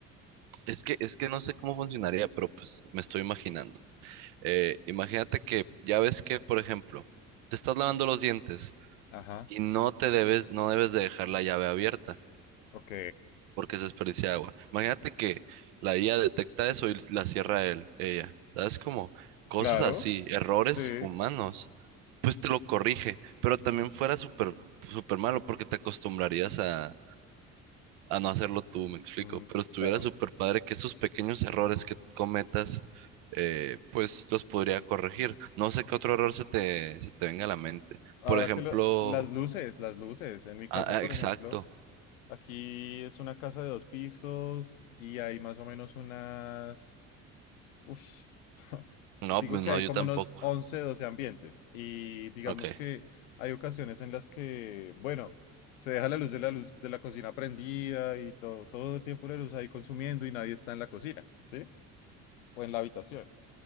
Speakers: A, on the right (about 60°); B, on the left (about 75°).
A: es que, es que no sé cómo funcionaría, pero pues me estoy imaginando. Eh, imagínate que ya ves que, por ejemplo, te estás lavando los dientes
B: Ajá,
A: Y no te debes, no debes de dejar la llave abierta
B: ok.
A: porque se desperdicia agua. Imagínate que la IA detecta eso y la cierra él, ella. ¿Sabes? Como cosas
B: Claro,
A: así, errores
B: sí,
A: humanos, pues te lo corrige, pero también fuera súper, súper malo porque te acostumbrarías a, a no hacerlo tú, me explico.
B: mm,
A: Pero estuviera
B: claro.
A: súper padre que esos pequeños errores que cometas, eh, pues los podría corregir. No sé qué otro error se te, se te venga a la mente.
B: Ahora
A: Por ejemplo,
B: que lo- las luces, las luces. En mi
A: ah,
B: casa, por
A: ah, exacto.
B: ejemplo, aquí es una casa de dos pisos y hay más o menos unas Ush, <laughs>
A: No,
B: digo
A: pues
B: que
A: no,
B: hay
A: yo
B: como
A: tampoco.
B: unos 11 12 ambientes y digamos
A: Ok.
B: que hay ocasiones en las que, bueno, se deja la luz de la luz de la cocina prendida y todo, todo el tiempo la luz ahí consumiendo y nadie está en la cocina, ¿sí? O en la habitación.